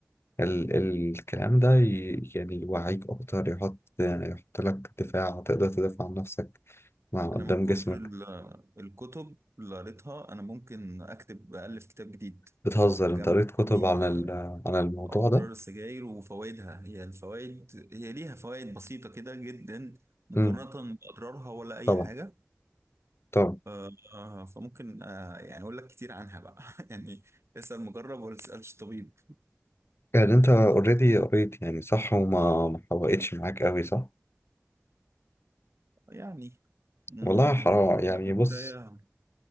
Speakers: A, on the left; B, on the right.
A: ال ال- الكلام ده ي- يعني يوعيك اكتر يحط يحط لك دفاع تقدر تدافع عن نفسك مع
B: انا
A: قدام
B: من كتر
A: جسمك
B: ال- الكتب اللي قريتها انا ممكن اكتب الف كتاب جديد
A: بتهزر
B: اجمع
A: انت قريت كتب
B: فيه
A: عن ال-
B: آه،
A: عن الموضوع
B: اضرار
A: ده
B: السجاير وفوائدها هي الفوائد هي ليها فوائد بسيطه كده جدا مقارنه
A: امم
B: باضرارها ولا اي
A: طبعا
B: حاجه
A: طبعا
B: آه، آه، فممكن آه، يعني اقول لك كتير عنها بقى <laughs> يعني اسال مجرب ولا تسالش طبيب
A: يعني انت اوريدي قريت يعني صح وما ما حوقتش معاك قوي صح
B: يعني مم،
A: والله حرام يعني
B: لا، القرايه
A: بص